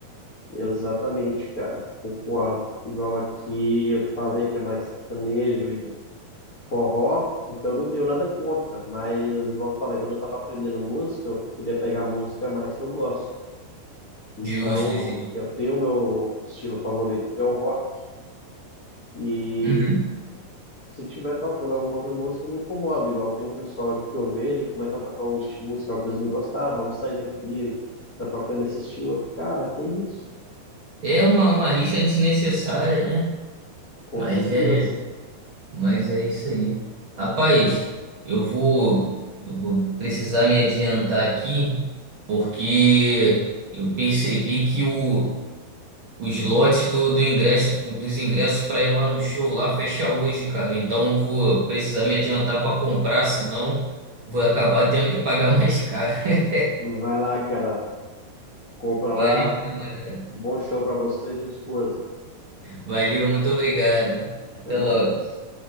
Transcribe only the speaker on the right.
Justo, Gil.
Uhum.
É uma, uma rixa desnecessária, né?
Mas
é, mas é isso aí. Rapaz, eu vou, eu vou precisar me adiantar aqui, porque eu percebi que o Os lotes do, do ingresso, dos ingressos para ir lá no show lá fecha hoje, cara. Então eu vou precisar me adiantar para comprar, senão vou acabar tendo que pagar mais caro. <laughs>
Valeu,
camarada.
Valeu, muito obrigado. Até
logo.